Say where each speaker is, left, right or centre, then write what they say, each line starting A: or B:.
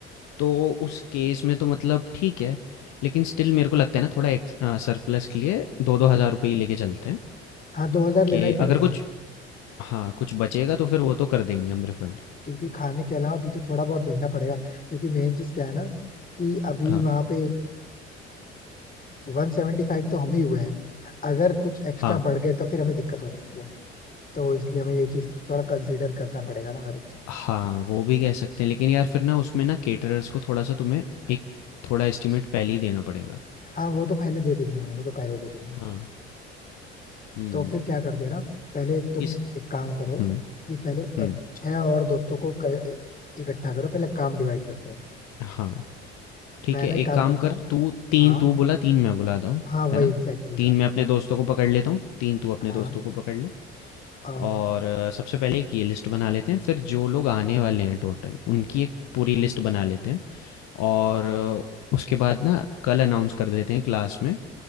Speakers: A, on the left (about 55°); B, on the left (about 25°).
A: तो उस केस में तो मतलब ठीक है, लेकिन स्टिल मेरे को लगता है ना थोड़ा एक्स अ, सरप्लस के लिए 2-2 हज़ार रुपए ही लेके चलते हैं
B: हाँ दो हजार लेना
A: कि
B: ही पड़ेगा
A: अगर कुछ हाँ, कुछ बचेगा तो फिर वो तो कर देंगे हम रिफंड।
B: क्योंकि खाने के अलावा भी तो थोड़ा बहुत देखना पड़ेगा क्योंकि मेन चीज क्या है ना कि अभी
A: हाँ,
B: वहां पे वन सेवेंटी फाइव तो हम ही हुए हैं अगर कुछ एक्स्ट्रा
A: हाँ।
B: बढ़ गए तो फिर हमें दिक्कत हो सकती है तो इसलिए हमें ये चीज थोड़ा कंसीडर करना पड़ेगा ना हर एक चीज
A: हाँ, वो भी कह सकते हैं, लेकिन यार फिर ना उसमें ना कैटरर्स को थोड़ा-सा तुम्हें एक थोड़ा एस्टीमेट पहले ही देना पड़ेगा।
B: हाँ वो तो पहले दे देंगे हमें वो तो पहले दे देंगे
A: हाँ। हुँ,
B: तो फिर क्या करते हैं ना पहले तुम
A: इस
B: एक काम करो
A: हुँ,
B: कि पहले अ,
A: हुँ।
B: छह और दोस्तों को कर, इकट्ठा करो पहले काम डिवाइड करते हैं
A: हाँ। ठीक
B: मैं
A: है,
B: ना
A: एक
B: एक काम
A: काम
B: करता
A: कर
B: हूँ
A: तू 3
B: हाँ
A: तू बोला 3 मैं बुलाता हूँ,
B: हाँ वही
A: है ना?
B: एग्जैक्टली exactly,
A: 3 मैं अपने दोस्तों को पकड़ लेता हूँ, 3 तू अपने
B: हाँ
A: दोस्तों को पकड़ ले
B: हाँ
A: और अ, सबसे पहले एक ये लिस्ट बना लेते हैं, फिर जो लोग आने वाले हैं टोटल, उनकी एक पूरी लिस्ट बना लेते हैं और अ, उसके बाद ना कल अनाउंस कर देते हैं क्लास में